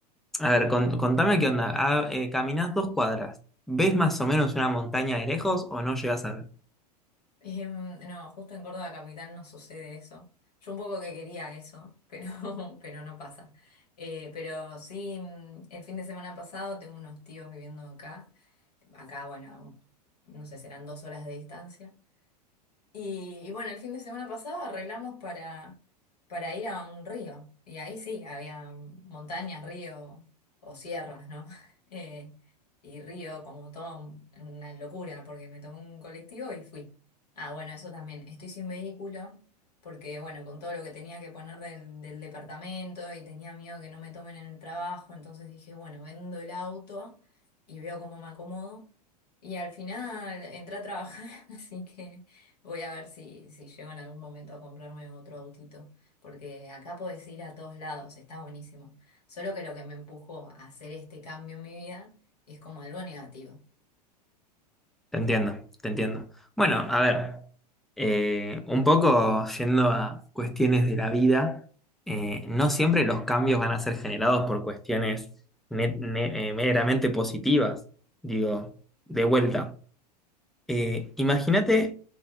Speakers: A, in the centre; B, on the left.
A: A ver, con- contame qué onda. Ah, eh, caminás dos cuadras. ¿Ves más o menos una montaña de lejos o no llegas a ver?
B: em, no, justo en Córdoba capital no sucede eso. Yo un poco que quería eso, pero, <laughs> pero no pasa. Eh, pero sí, mm, el fin de semana pasado tengo unos tíos viviendo acá. Acá, bueno, no sé, serán dos horas de distancia. Y, y bueno, el fin de semana pasado arreglamos para, para ir a un río. Y ahí sí, había montañas, río o sierras, ¿no? <laughs> Eh, y río como toda un- una locura, porque me tomé un colectivo y fui. Ah, bueno, eso también. Estoy sin vehículo, porque bueno, con todo lo que tenía que poner del, del departamento y tenía miedo que no me tomen en el trabajo, entonces dije, bueno, vendo el auto y veo cómo me acomodo. Y al final entré a trabajar, <laughs> así que... Voy a ver si, si llego en algún momento a comprarme otro autito, porque acá podés ir a todos lados, está buenísimo. Solo que lo que me empujó a hacer este cambio en mi vida es como algo negativo.
A: Te entiendo, te entiendo. Bueno, a ver, eh, un poco yendo a cuestiones de la vida, eh, no siempre los cambios van a ser generados por cuestiones ne- ne- eh, meramente positivas. Digo, de vuelta. eh, imagínate